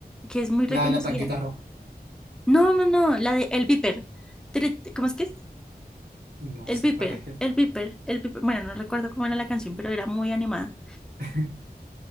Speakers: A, in the centre; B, on the right.
A: que es muy reconocida.
B: La de la tanquita roja.
A: No, no, no, la de El Viper. Tere- ¿Cómo es que es?
B: No
A: El
B: sé
A: Viper,
B: cuál es.
A: El Viper, El Viper. Bueno, no recuerdo cómo era la canción, pero era muy animada.
B: <laughs>